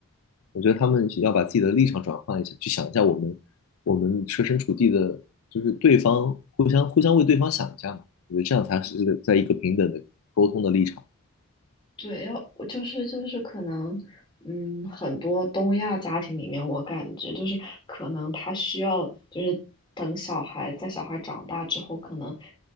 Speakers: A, on the left; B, on the left.
A: 我觉得他们要把自己的立场转换一下，去想一下我们我们设身处地的，就是对方互相互相为对方想一下嘛。我觉得这样才是在一个平等的沟通的立场。
B: 对，要我就是就是可能，嗯，很多东亚家庭里面，我感觉就是可能他需要就是等小孩在小孩长大之后，可能